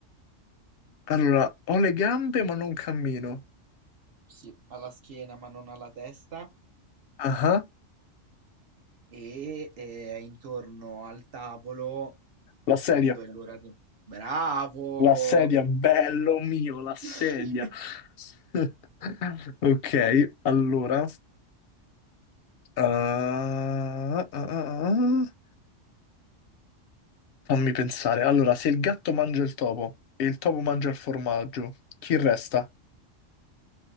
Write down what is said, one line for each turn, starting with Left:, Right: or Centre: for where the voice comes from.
Left: Allora, ho le gambe ma non cammino.
Right: Sì, ha la schiena ma non ha la testa,
Left: Ah, ah.
Right: e eh, è intorno al tavolo
Left: La sedia.
Right: quando è l'ora di... Bravo!
Left: La sedia, bello mio, la sedia.
Right: <laughs>
Left: <laughs> Ok, allora. ah, ah, ah. ah. Fammi pensare. Allora, se il gatto mangia il topo e il topo mangia il formaggio, chi resta?